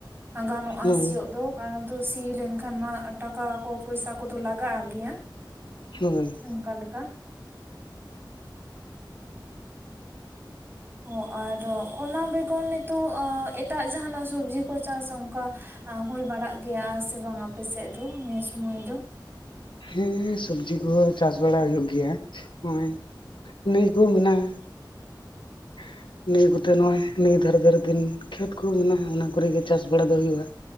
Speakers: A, on the right (about 25°); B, on the left (about 85°).
A: ᱾ ᱜᱟᱱᱚᱜᱼᱟ
B: ᱦᱳᱭ
A: ᱥᱤᱭᱳᱜ ᱫᱚ ᱾ ᱠᱟᱨᱚᱱ ᱛᱚ ᱥᱤ ᱞᱮᱱ ᱠᱷᱟᱱ ᱢᱟ ᱴᱟᱠᱟ ᱠᱚ ᱯᱚᱭᱥᱟ ᱠᱚᱫᱚ ᱞᱟᱜᱟᱜᱼᱟ ᱜᱮᱭᱟ ᱾
B: <unintelligible>
A: ᱚᱝᱠᱟᱞᱮᱠ-ᱟ᱾ ᱚ ᱟᱨ ᱚᱱᱟ ᱵᱮᱜᱚᱨ ᱱᱤᱛᱳᱜ ᱟᱻ ᱮᱴᱟᱜ ᱡᱟᱦᱟᱸᱱᱟᱜ ᱥᱚᱵᱽᱡᱤ ᱠᱚ ᱪᱟᱥ ᱚᱝᱠᱟ ᱦᱳᱭ ᱵᱟᱲᱟᱜ ᱜᱮᱭᱟ ᱥᱮ ᱵᱟᱝ ᱟᱯᱮ ᱥᱮᱫ ᱫᱚ ᱱᱤᱭᱟᱹ ᱥᱳᱢᱳᱭ ᱫᱚ?
B: ᱦᱮᱸ ᱥᱚᱵᱽᱡᱤ ᱠᱚᱦᱚᱸ ᱪᱟᱥ ᱵᱟᱲᱟ ᱦᱳᱭᱳᱜ ᱜᱮᱭᱟ ᱦᱚᱸᱜᱚᱭ ᱱᱟᱹᱭ ᱠᱚ ᱦᱚᱸ ᱢᱮᱱᱟᱜ-ᱟ᱾ <inaudible> ᱱᱤᱭᱟᱹ ᱠᱚᱛᱮ ᱱᱚᱜᱚᱭ ᱱᱤᱭᱟᱹ ᱫᱷᱟᱨᱮ ᱫᱷᱟᱨᱮᱛᱮ ᱠᱷᱮᱛ ᱠᱚ ᱢᱮᱱᱟᱜ-ᱟ, ᱚᱱᱟ ᱠᱚᱨᱮ ᱜᱮ ᱪᱟᱥ ᱵᱟᱲᱟ ᱫᱚ ᱦᱩᱭᱩᱜ-ᱟ᱾